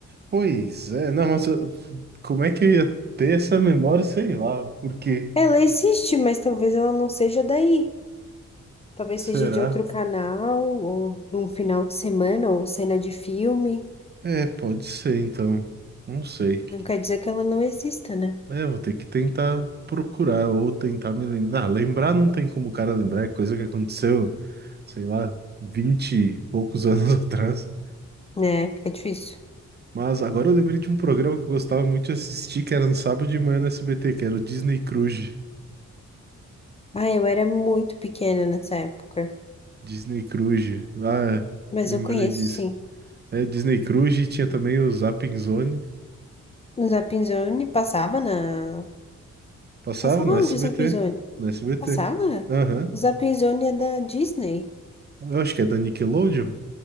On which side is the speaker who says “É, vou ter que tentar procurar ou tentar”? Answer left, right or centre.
Right